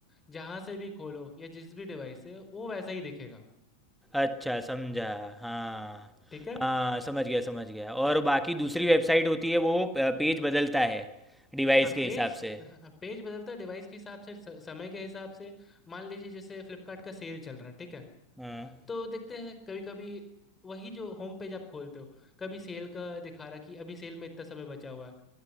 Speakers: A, on the left (about 15°); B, in the centre.
A: जहाँ से भी खोलो या जिस भी डिवाइस से वो वैसा ही दिखेगा
B: अच्छा समझा हाँ
A: ठीक है
B: हाँ समझ गया समझ गया और बाकी दूसरी वेबसाइट होती है वो अ, पेज बदलता है डिवाइस
A: हाँ
B: के
A: पेज
B: हिसाब से
A: हाँ, पेज बदलता है डिवाइस के हिसाब से स- समय के हिसाब से मान लीजिए जैसे फ्लिपकार्ट का सेल चल रहा है ठीक है
B: हाँ
A: तो देखते हैं कभी कभी वही जो होम पेज आप खोलते हो कभी सेल का दिखा रहा कि अभी सेल में इतना समय बचा हुआ है